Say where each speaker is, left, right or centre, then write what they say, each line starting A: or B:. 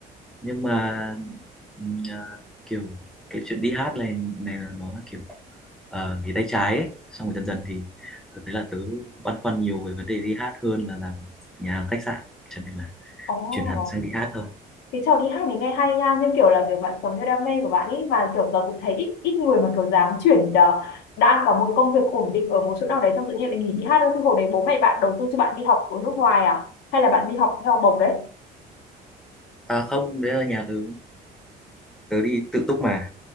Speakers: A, in the centre; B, on the left.
A: nhưng mà ừm, à, kiểu cái chuyện đi hát này này là nó là kiểu ờ, nghề tay trái ấy. Xong rồi dần dần thì tớ thấy là tớ băn khoăn nhiều về vấn đề đi hát hơn là làm nhà hàng khách sạn cho nên là
B: Ồ
A: chuyển hẳn sang đi hát thôi.
B: cái trò đi hát này nghe hay nha nhưng kiểu là kiểu bạn sống theo đam mê của bạn ấy và kiểu tớ cũng thấy ít ít người mà kiểu dám chuyển ờ, đang có một công việc ổn định ở một chỗ nào đấy xong tự nhiên lại nghỉ đi hát thôi chứ hồi đấy bố mẹ bạn đầu tư cho bạn đi học ở nước ngoài à hay là bạn đi học theo học bổng đấy
A: À không, đấy là nhà tớ tớ đi tự túc mà